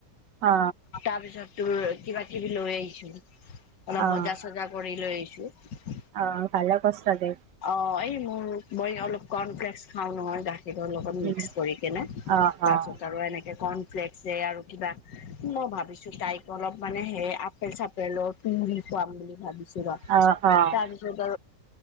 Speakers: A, on the right; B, on the left.
A: অ
B: তাৰ পিছত তোৰ কিবা কিবি লৈ আহিছো অলপ
A: অ'।
B: বজা চজা কৰি লৈ আহিছো
A: অ ভালে কৰছা দে
B: অ এই মোৰ বই অলপ কনপ্লেক্স খাও নহয় গাত সেইবোৰ লগত মিক্স
A: উম,
B: কৰি কিনে তাৰপছত
A: অ', অ'।
B: আৰু এনেকে কৰ্নফ্লেক্স আৰু কিবা মই ভাবিছোঁ তাইক অলপ মানে সে চাপেল তুঙৰি খুৱাম বুলি ভাবিছো আ
A: অ' অ'।
B: তাৰপিছত